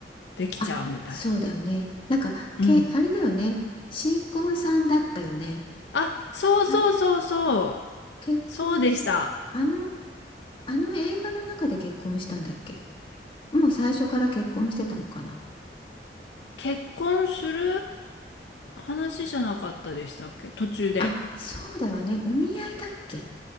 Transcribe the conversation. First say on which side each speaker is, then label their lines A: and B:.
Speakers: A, on the left (about 80°); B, on the left (about 30°).
A: できちゃうみたいな。
B: あ、そうだよね。なんか、
A: うん。
B: け、あれだよね。新婚さんだったよね。
A: あ、そうそうそうそう。
B: あれ結婚し、
A: そうでした。
B: あの、あの映画の中で結婚したんだっけもう最初から結婚してたのかな
A: 結婚する話じゃなかったでしたっけ途中で。
B: あ、そうだよね。お見合いだっけ